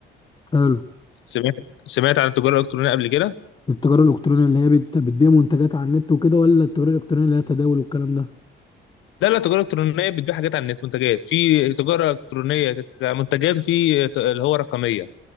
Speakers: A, on the left; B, on the left.
A: حلو
B: سمعت سمعت عن التجاره الالكترونيه قبل كده
A: التجاره الالكترونيه اللي هي بت- بتبيع منتجات على النت وكده ولا التجاره الالكترونيه اللي هي تداول والكلام ده
B: لا لا التجاره الالكترونيه بتبيع حاجات على النت منتجات في تجاره الكترونيه كمنتجات وفي ت- اللي هو رقميه